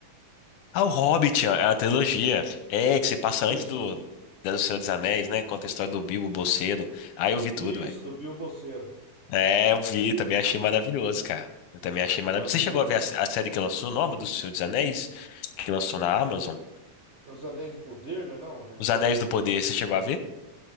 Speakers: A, on the left; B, on the right.
A: Ah, o Hobbit, a a trilogia, é que se passa antes
B: Isso,
A: do, do Senhor dos Anéis, né? Conta a história do Bilbo Bolseiro. aí eu vi tudo,
B: isso,
A: velho.
B: do Bilbo Bolseiro.
A: É, eu vi, também achei maravilhoso, cara. Eu também achei maravilhoso.
B: Bacana.
A: Você chegou a ver a, a série que lançou, nova do Senhor dos Anéis, que lançou na Amazon?
B: Os Anéis do Poder, não é não? É.
A: Os Anéis do Poder, você chegou a ver?